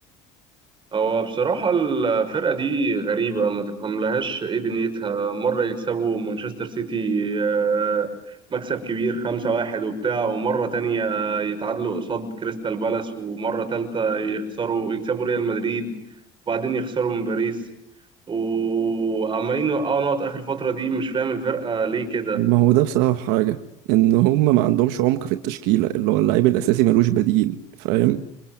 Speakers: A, on the right; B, on the right.
A: هو بصراحة الفرقة دي غريبة ما تفهملهاش ايه دنيتها مرة يكسبوا مانشستر سيتي آه، مكسب كبير خمسة واحد وبتاع ومرة تانية يتعادلوا قصاد كريستال بالاس ومرة تالتة يخسروا يكسبوا ريال مدريد وبعدين يخسروا من باريس وعمالين يوقعوا نقط آخر فترة دي مش فاهم الفرقة ليه كده
B: ما هو ده بسبب حاجة إن هم ما عندهمش عمق في التشكيلة اللي هو اللعيب الأساسي ملوش بديل فاهم